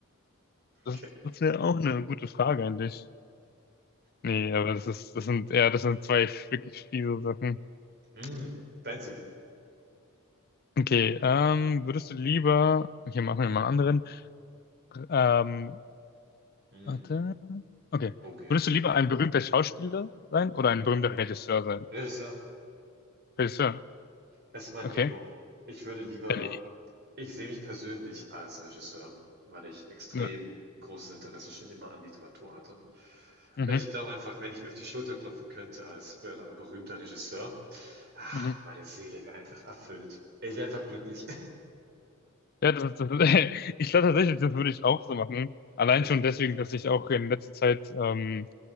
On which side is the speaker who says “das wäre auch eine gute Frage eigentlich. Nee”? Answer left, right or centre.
Left